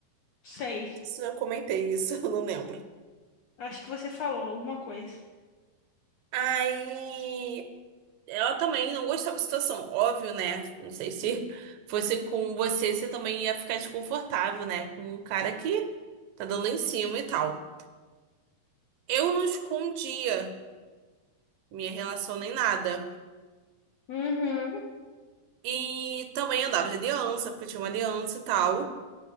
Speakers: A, on the left; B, on the right.
A: Sei.
B: Não sei se eu comentei isso, <laughs> eu não lembro.
A: Acho que você falou alguma coisa.
B: Aí Ela também não gostava da situação, óbvio, né? Não sei se fosse com você, você também ia ficar desconfortável, né? Com um cara que tá dando em cima e tal. Eu não escondia minha relação nem nada.
A: Uhum.
B: E também andava de aliança, porque eu tinha uma aliança e tal.